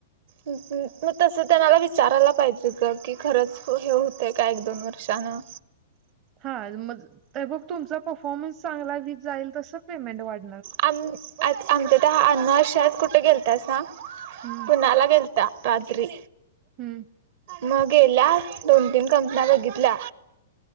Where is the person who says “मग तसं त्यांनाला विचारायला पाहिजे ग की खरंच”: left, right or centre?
Right